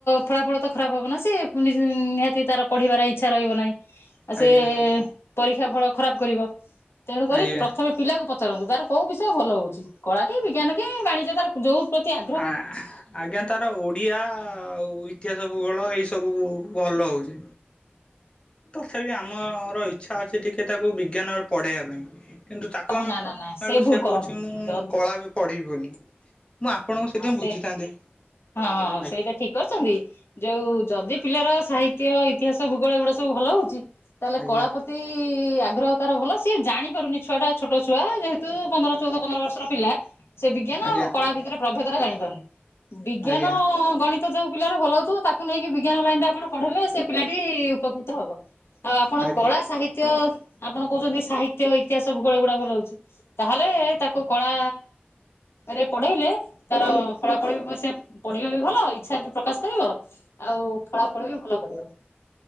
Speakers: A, on the left (about 80°); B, on the left (about 25°).
A: ଫଳା ଫଳ ତ ଖରାପ ହବ ନା ସେ। ନିହାତି ତାର ପଢ଼ିବାର ଇଚ୍ଛା ରହିବ ନାହିଁ। ଆଉ
B: ଆଜ୍ଞା
A: ସେ ପରୀକ୍ଷା ଫଳ ଖରାପ କରିବ। ତେଣୁ କରି
B: ଆଜ୍ଞା।
A: ପ୍ରଥମେ ପିଲାକୁ ପଚାରନ୍ତୁ ତାର କୋଉ ବିଷୟ ଭଲ ହଉଛି। କଳା କି ବିଜ୍ଞାନ କି ବାଣିଜ୍ୟ ତାର ଯୋଉ ପ୍ରତି ଆ
B: ଆ ଆଜ୍ଞା ତାର ଓଡ଼ିଆ ଆଉ ଇତିହାସ ଭୂଗୋଳ ଏଇ ସବୁ ଭଲ ହେଉଛି। ତଥାପି ଆମର ଇଚ୍ଛା ଅଛି ଟିକେ ତାକୁ ବିଜ୍ଞାନ ପଢେଇବା ପାଇଁ। କିନ୍ତୁ ତାକୁ
A: ଓହୋ
B: ଆମେ
A: ନା
B: <unintelligible>
A: ନା ନା ଭୁଲ
B: ସେ
A: କରନ୍ତୁନି
B: କହୁଛି ମୁଁ
A: ଯଦି
B: କଳା ଏବେ ପଢ଼ିବି ବୋଲି। ମୁଁ ଆପଣଙ୍କୁ ସେଥିପାଇଁ
A: ହଁ
B: ବୁଝିଥାନ୍ତି।
A: ସେ ହଁ
B: ଆଜ୍ଞା
A: ସେଇଟା ଠିକ କରିଛନ୍ତି ଯୋଉ ଯଦି ପିଲାର ସାହିତ୍ୟ, ଇତିହାସ, ଭୂଗୋଳ ଏଗୁଡା଼ ସବୁ ଭଲ ହଉଛି ତାହେଲେ
B: ଆଜ୍ଞା
A: କଳା ପ ପ୍ରତି ଆଗ୍ରହ ତାର ଭଲ, ସିଏ ଜାଣି ପାରୁନି ଛୁଆ ଟା ଛୋଟ ଛୁଆ ଯେହେତୁ ପନ୍ଦର, ଚଉଦ, ପନ୍ଦର ବର୍ଷର ପିଲା। ସେ ବିଜ୍ଞାନ
B: ଆଜ୍ଞା
A: ଆଉ କଳା ଭିତରେ ପ୍ରଭେଦ ଟା ଜାଣିପାରୁନି ବିଜ୍ଞାନ,
B: ଆଜ୍ଞା
A: ଗଣି ଯୋଉ ପିଲାର ଭଲ ହଉଥିବା ତାକୁ ନେଇକି ବିଜ୍ଞାନ ଲାଇନ ରେ ଆପଣ ପଢେଇଲେ ସେ ପିଲାଟି ଉପକୃତ ହବ। ଆଉ ଆପଣ
B: ଆଜ୍ଞା
A: କଳା ସାହିତ୍ୟ ଆପଣ କହୁଛନ୍ତି ସାହିତ୍ୟ, ଇତିହାସ, ଭୂଗୋଳ ଏଗୁଡା଼ ଭଲ ହଉଛି। ତାହେଲେ ତାକୁ କଳା ରେ ପଢେଇଲେ ତାର ଫଳାଫଳ ସେ ପଢ଼ିବ ବି ଭଲ ଇଚ୍ଛା ବି ପ୍ରକାଶ କରିବ ଆଉ ଫଳାଫଳ ବି ଭଲ କରିବ‌।